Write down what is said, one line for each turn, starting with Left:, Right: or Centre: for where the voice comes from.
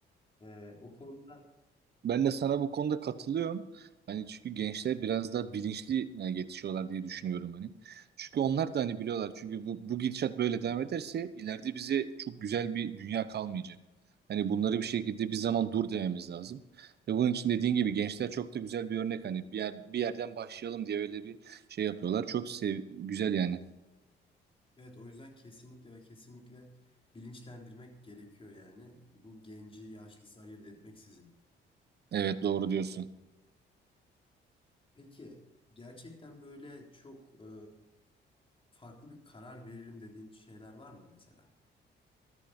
Left: E, o konuda
Right: Ben de sana bu konuda katılıyorum. Hani çünkü gençler biraz daha bilinçli yani yetişiyorlar diye düşünüyorum hani. Çünkü onlar da hani biliyorlar. Çünkü bu, bu gidişat böyle devam ederse ileride bize çok güzel bir dünya kalmayacak. Hani bunları bir şekilde bir zaman dur dememiz lazım. Ve bunun için dediğin gibi gençler çok da güzel bir örnek. Hani bir yer, bir yerden başlayalım diye öyle bir şey yapıyorlar. Çok sev güzel yani.
Left: evet o yüzden kesinlikle ve kesinlikle bilinçlendirmek gerekiyor yani. Bu genci yaşlısı ayırt etmeksizin.
Right: Evet doğru diyorsun.
Left: Peki gerçekten böyle çok e, farklı bir karar veririm dediğin şeyler var mı mesela?